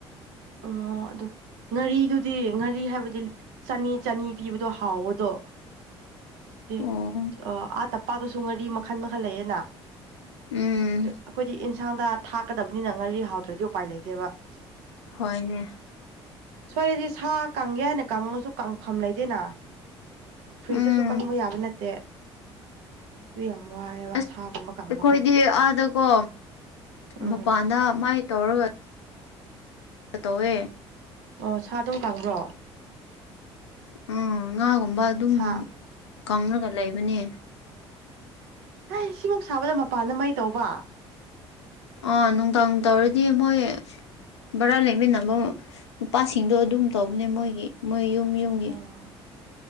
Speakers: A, on the right; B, on the left.
A: ꯑꯣ ꯑꯗꯨ ꯉꯥꯔꯤꯗꯨꯗꯤ ꯉꯥꯔꯤ ꯍꯥꯏꯕꯗꯤ ꯆꯥꯅꯤ ꯆꯥꯅꯤ ꯄꯤꯕꯗꯣ ꯍꯥꯎꯕꯗꯣ <unintelligible>
B: ꯑꯣ
A: ꯑꯥ ꯇꯝꯄꯥꯛꯇꯁꯨ ꯉꯥꯔꯤ ꯃꯈꯟ ꯃꯈꯜ ꯂꯩꯌꯦꯅ
B: ꯎꯝ
A: ꯑꯗꯨ ꯑꯈꯣꯏꯗꯤ ꯏꯟꯁꯥꯡꯗ ꯊꯥꯛꯀꯗꯕꯅꯤꯅ ꯉꯥꯔꯤ ꯍꯥꯎꯇ꯭ꯔꯗꯤ ꯎꯄꯥꯏ ꯂꯩꯇꯦꯕ <unintelligible>
B: ꯍꯣꯏꯅꯦ
A: ꯁ꯭ꯋꯥꯏꯗꯤ ꯁꯥ ꯀꯪꯒꯦ ꯍꯥꯏꯅ ꯀꯪꯉꯁꯨ ꯀꯪꯐꯝ ꯂꯩꯇꯦꯅ ꯐ꯭ꯔꯤꯖꯇꯁꯨ
B: ꯎꯝ
A: ꯀꯪꯕ ꯌꯥꯕ ꯅꯠꯇꯦ ꯑꯗꯨ ꯌꯥꯝ ꯋꯥꯏꯑꯦꯕ
B: ꯑꯁ
A: ꯁꯥꯒꯨꯝꯕ ꯀꯪꯕ
B: ꯑꯩꯈꯣꯏꯗꯤ
A: ꯈꯣꯠꯄ
B: ꯑꯥꯗꯀꯣ
A: ꯎꯝ
B: ꯃꯄꯥꯟꯗ ꯃꯥꯏ ꯇꯧꯔꯒ ꯇꯧꯋꯦ
A: ꯑꯣ ꯁꯥ ꯑꯗꯨꯝ ꯀꯪꯕ꯭ꯔꯣ
B: ꯎꯝ ꯉꯥꯒꯨꯝꯕ ꯑꯗꯨꯝ
A: ꯍꯥꯥ
B: ꯀꯪꯔꯒ ꯂꯩꯕꯅꯦ
A: ꯍꯩ ꯁꯤꯃꯨꯛ ꯁꯥꯕꯗ ꯃꯄꯥꯟꯗ ꯃꯩ ꯇꯧꯕ
B: ꯑꯣ ꯅꯨꯡꯗꯥꯡ ꯇꯧꯔꯗꯤ ꯃꯣꯏ ꯚꯔꯥ ꯂꯩꯃꯤꯟꯅꯕ ꯅꯨꯄꯥꯁꯤꯡꯗꯣ ꯑꯗꯨꯝ ꯇꯧꯕꯅꯦ ꯃꯣꯏꯒꯤ ꯃꯣꯏ ꯌꯨꯝ ꯌꯨꯝꯒꯤ
A: ꯑꯣ